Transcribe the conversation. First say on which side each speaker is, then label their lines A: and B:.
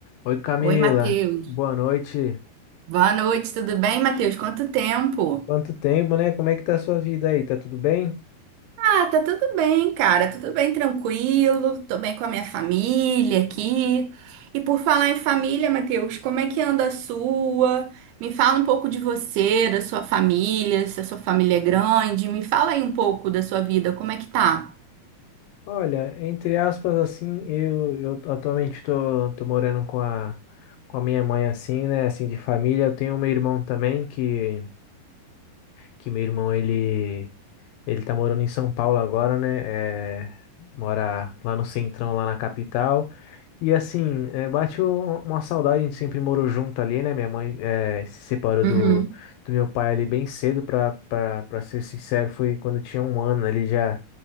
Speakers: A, on the left (about 75°); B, on the right (about 85°).
A: Oi Camila,
B: Oi, Matheus.
A: boa noite.
B: Boa noite, tudo bem, Matheus? Quanto tempo?
A: Quanto tempo, né? Como é que tá a sua vida aí? Tá tudo bem?
B: Ah, tá tudo bem, cara. Tudo bem, tranquilo. Tô bem com a minha família aqui. E por falar em família, Matheus, como é que anda a sua? Me fala um pouco de você, da sua família, se a sua família é grande. Me fala aí um pouco da sua vida, como é que tá?
A: Olha, entre aspas, assim, eu, eu atualmente tô, tô morando com a, com a minha mãe, assim, né? Assim, de família. Eu tenho um meu irmão também, que, que meu irmão, ele, Ele tá morando em São Paulo agora, né? É, mora lá no centrão, lá na capital. E assim, é, bate um- uma saudade, a gente sempre morou junto ali, né? Minha mãe é, se separou
B: Uhum.
A: do, do meu pai ali bem cedo, pra, pra, pra ser sincero, foi quando eu tinha um ano ali já,